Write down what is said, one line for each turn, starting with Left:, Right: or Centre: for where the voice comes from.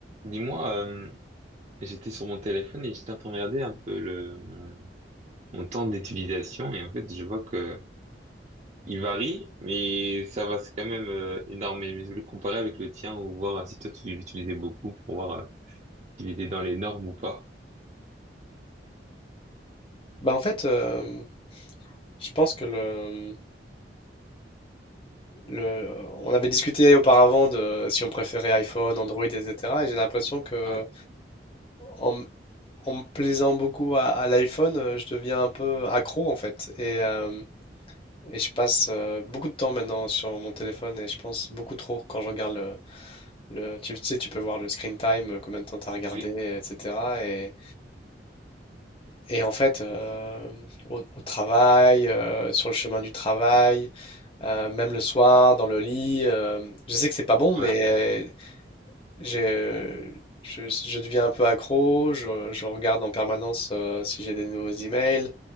Right: Dis-moi, euh, j'étais sur mon téléphone et j'étais en train de regarder un peu le, mon, mon temps d'utilisation et en fait je vois que il varie, mais ça va, c'est quand même euh, énorme. Mais je voulais comparer avec le tien ou voir si toi tu l'utilisais beaucoup pour voir euh, s'il était dans les normes ou pas.
Left: Bah en fait, euh, je pense que le, le, on avait discuté auparavant de si on préférait iPhone, Android, etc. Et j'ai l'impression que
Right: Ouais,
Left: en, en me plaisant beaucoup à, à l'iPhone, euh, je deviens un peu accro en fait. Et, euh, et je passe euh, beaucoup de temps maintenant sur mon téléphone et je pense beaucoup trop quand je regarde le, le- tu sais, tu peux voir le screen time, euh, combien de temps t'as regardé,
Right: oui,
Left: etc. Et, et en fait, euh, au, au travail, euh, sur le chemin du travail. euh, même le soir, dans le lit. euh, je sais que c'est pas bon, mais
Right: ouais,
Left: euh, j'ai- je, je deviens un peu accro. Je, je regarde en permanence euh, si j'ai des nouveaux emails.